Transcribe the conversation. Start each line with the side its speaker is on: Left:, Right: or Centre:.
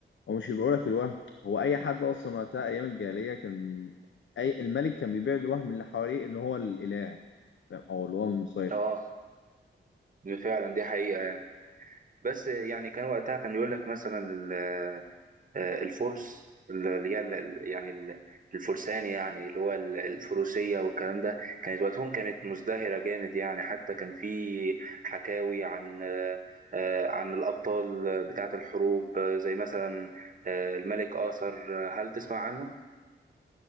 Left: هو مش بيبيعوا لك الوهم هو اي حد اصلا وقتها ايام الجاهليه كان اي الملك كان بيبيع الوهم اللي حواليه ان هو الاله فاهم او اللي هو المسيطر
Right: أه فعلا دي حقيقة بس يعني كان وقتها كان يقول لك مثلا ال- آه، الفرس اللي هي ال- يعني ال- الفرسان يعني اللي هو ال- الفروسية والكلام ده كانت وقتهم كانت مزدهرة جامد يعني حتى كان في حكاوي عن آه، آه، عن الأبطال بتاعة الحروب آه، زي مثلا آه، الملك آثر آه، هل تسمع عنه؟